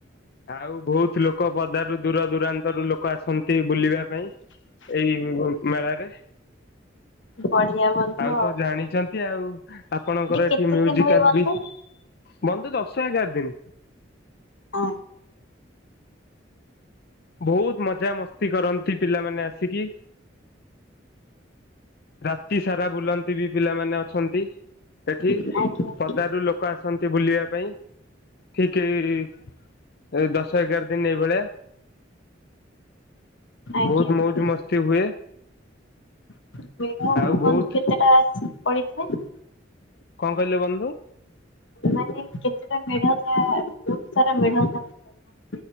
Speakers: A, on the left; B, on the left.
A: ଆଉ ବହୁତ ଲୋକ କ ବଦାରୁରୁ ଦୂର ଦୂରାନ୍ତରୁ ଲୋକ ଆସନ୍ତି। ସେ ବୁଲିବା ପାଇଁ। ମେ-ମେଳାରେ
B: ବଢିଆ ବନ୍ଧୁ
A: ଆଉ ତ ଜାଣିଛନ୍ତି ଆଉ। ଆପଣଙ୍କର ଏଠି
B: କେତେ
A: ମ୍ୟୁଜିକାଲ୍
B: ଦିନ ହୁଏ ବନ୍ଧୁ?
A: ବି ବନ୍ଧୁ ଦଶ ଏଗାର ଦିନ।
B: ଅଁ,
A: ବହୁତ ମଜା ମସ୍ତି କରନ୍ତି ପିଲାମାନେ ଆସିକି। ରାତି ସାରା ବୁଲନ୍ତ। ପିବି ପିଲାମାନେ ଅଛନ୍ତି ଏଠି
B: ଆଜ୍ଞା।
A: ପଦାରୁରୁ ଲୋକ ଆସନ୍ତି ବୁଲିବା ପାଇଁ ଠିକ୍ ଇ-ଇ ଏ ଦଶ ଏଗାର ଦିନ ଏଇ ଭଳିଆ
B: ଆଜ୍ଞା
A: ବହୁତ
B: ମ୍ୟାମ୍।
A: ମୌଜ ମସ୍ତି ହୁଏ।
B: <unintelligible>
A: ଆଉ
B: କେତେ
A: ବହୁତ
B: ଟା ଅଛି? ପଡ଼ିଥାଏ।
A: କଣ କହିଲେ ବନ୍ଧୁ?
B: ମାନେ କେତେଟା ମେଢ଼ଥାଏ ବହୁତ ସାରା ମେଢ଼ଥାନ୍ତି।